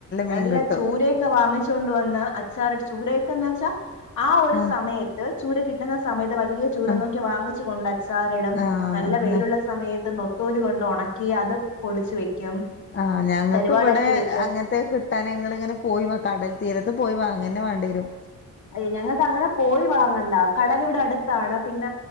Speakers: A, on the left; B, on the left.
A: നല്ല
B: മീൻ കിട്ടും
A: ചൂരൊക്കെ വാങ്ങി. ച്ചോണ്ട് വന്ന് അച്ചാറിടും ചൂരേക്കെന്ന് വെച്ചാ ആ ഒരു
B: ആഹ്
A: സമയ ത് ചൂര കിട്ടുന്ന സമയത്ത് വലിയ ചൂര
B: ആഹ്
A: നോക്കി വാങ്ങിച്ച് കൊണ്ട് അച്ചാറിടും.
B: ആഹ്
A: നല്ല വെയിലുള്ള സമയത്ത് നെത്തോലി കൊണ്ട് ഒണക്കി അത് പൊടിച്ചു വെക്കും.
B: ആഹ് ഞങ്ങ‌ക്കിവിടേ
A: കരുവാടാക്കി വെക്കും
B: അങ്ങന ത്തെ കിട്ടാന് ഞങ്ങൾ ഇങ്ങനെ പോയി കടൽ തീരത്ത് പോയി വാങ്ങന്നെ വേണ്ടിവരും.
A: അയ്യ ഞങ്ങക്ക് അങ്ങനെ പോയി വാങ്ങണ്ട കടലിവിട അടുത്താണ് പിന്ന